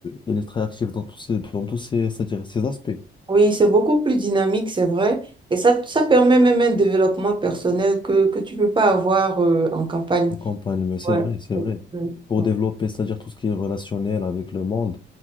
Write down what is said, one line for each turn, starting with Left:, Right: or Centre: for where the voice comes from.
Left: elle est très active dans tous ces, dans tous ces, c'est-à-dire ces aspects.
Right: Oui, c'est beaucoup plus dynamique, c'est vrai. Et ça, ça permet même un développement personnel que, que tu peux pas avoir euh, en campagne.
Left: En campagne, mais c'est
Right: Ouais.
Left: vrai, c'est vrai.
Right: Mm.
Left: Pour
Right: Ouais.
Left: développer, c'est-à-dire tout ce qui est relationnel avec le monde,